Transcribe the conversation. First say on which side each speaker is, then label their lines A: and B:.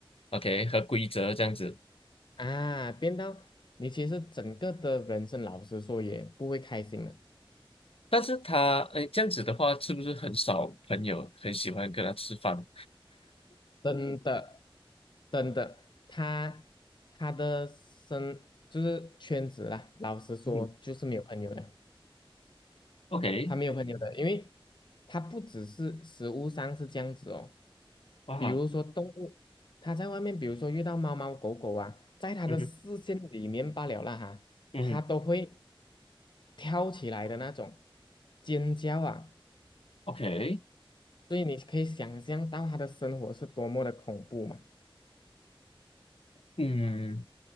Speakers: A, on the left; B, on the left.
A: OK 和规则这样子，
B: 啊，变到你其实整个的人生，老实说也不会开心了，
A: 但是他哎这样子的话，是不是很少朋友很喜欢跟他吃饭？
B: 真的，真的，他他的生就是圈子啦，老实说就是没有朋友的，
A: <laughs> OK，
B: 他没有朋友的，因为他不只是食物上是这样子哦，
A: 哇，
B: 比如说动物，他在外面，比如说遇到猫猫狗狗啊，在他的视线里面罢了啦哈，
A: 嗯哼，嗯哼
B: 他都会跳起来的那种尖叫啊。
A: ，OK，
B: 所以你可以想象到他的生活是多么的恐怖嘛。
A: 嗯，